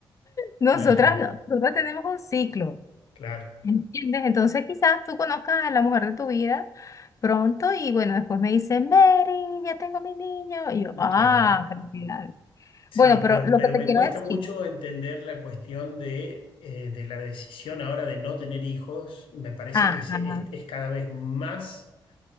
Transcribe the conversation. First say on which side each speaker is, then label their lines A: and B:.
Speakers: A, on the left (about 40°); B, on the left (about 80°).
A: nosotras
B: <laughs> Claro,
A: no, nosotras tenemos un ciclo.
B: claro,
A: ¿Entiendes? Entonces quizás tú conozcas a la mujer de tu vida pronto y bueno, después me dice, Mary, ya tengo mi niño. Y yo, ah,
B: claro.
A: felicidades.
B: Sí,
A: Bueno,
B: pero,
A: pero lo
B: pero
A: que te
B: me
A: quiero
B: cuesta
A: decir,
B: mucho entender la cuestión de, eh, de la decisión ahora de no tener hijos. y Me parece
A: ajá,
B: que se- es, es cada vez más,